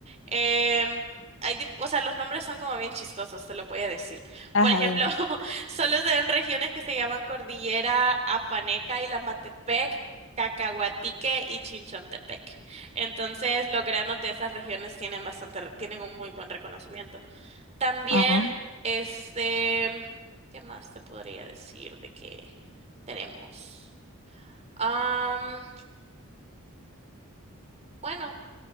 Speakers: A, on the right; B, on the left.
A: Em, hay, dif- o sea, los nombres son como bien chistosos, te los voy a decir.
B: Ajá,
A: Por ejemplo,
B: dime.
A: <laughs> solo se ven regiones que se llaman Cordillera Apaneca y Lamatepec, Cacahuatique y Chinchontepec. Entonces, los granos de esas regiones tienen bastante, re- tienen un muy buen reconocimiento. También,
B: Ajá.
A: este, ¿qué más te podría decir de que tenemos? Am, bueno.